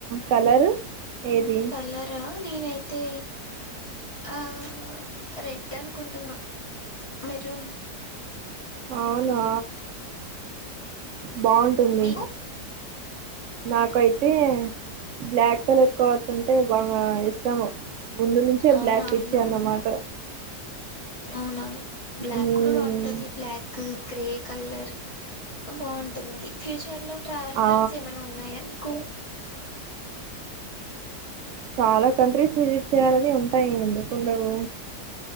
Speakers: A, on the right; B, on the left.
A: కలరు ఏది
B: లరా నేనైతే ఆ రెడ్ అనుకుంటున్నా మెరూన్
A: అవునా బావుంటుంది
B: నీకు
A: నాకైతే బ్లాక్ కలర్ కార్స్ అంటే బాగా ఇష్టము ముందు నుంచే
B: అవునవును
A: బ్లాక్ పిచ్చి అన్నమాట
B: అవునవును బ్లాక్
A: మ్మ్
B: కూడా బావుంటది బ్లాక్కు గ్రే కల్లర్ బావుంటుంది ఫ్యూచర్ లో ట్రావెల్
A: ఆ
B: ప్లాన్స్ ఏమైనా ఉన్నాయా నీకు
A: చాలా కంట్రీస్ విజిట్ చెయ్యాలని ఉంటాయి ఎందుకుండవు